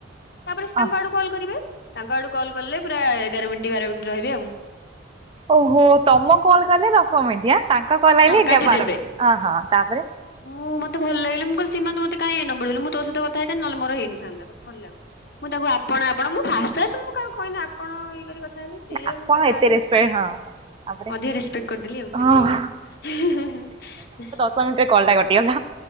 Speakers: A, on the left; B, on the right.
A: ତା'ପରେ ସେ
B: ଅ
A: ତାଙ୍କ ଆଡୁ କଲ୍ କରିବେ। ତାଙ୍କ ଆଡୁ କଲ୍ କଲେ ପୁରା ଏଗାର ମିନ୍ଟି ବାର ମିନ୍ଟି ରହିବେ ଆଉ।
B: ଓହୋ! ତମ
A: ମୁଁ
B: କଲ୍ କଲେ ଦଶ ମିନ୍ଟି। ଆଁ ତାଙ୍କ କଲ୍ ଆଇଲେ
A: ହଁ
B: ଏଗା
A: କାଟିଦେବେ
B: ବାର ମିନ୍ ଅ ହଁ, ତା'ପରେ
A: ମୁଁ ମତେ ଭଲ ଲାଗିଲା। ମୁଁ କହିଲି ସୀମା ତୁ ମତେ କାଇଁ ଏ ନମ୍ବର ଦେଲୁ ମୁଁ ତୋ ସହିତ କଥା ହେଇଥାନ୍ତି ନ ହେଲେ ମୋର ହେଇନଥାନ୍ତା। ମତେ ଭଲ ଲା ମୁଁ ତାକୁ ଆପଣ ଆପଣ, ମୁଁ ଫାର୍ଷ୍ଟ ଫାର୍ଷ୍ଟ, ମୁଁ କାହାକୁ କହିନି ଆପଣ ଇଏ କରି କଥା ହେଲି। ସିଏ
B: ଆପଣ
A: ଏବେ କଥା
B: ଏତେ
A: ହେବେ
B: ରେସପେକ୍ଟ
A: କିଛି ନାଇଁ।
B: ହଁ ହଁ ତାପରେ
A: ଅଧିକ ରେସପେକ୍ଟ କରିଦେଲି ଆଉ, ସେଇଥିଲାଗି
B: ଓହ
A: ଏମିତି।
B: ଶ ମିଣ୍ଟି ରେ କଲଟା କଟିଗଲା।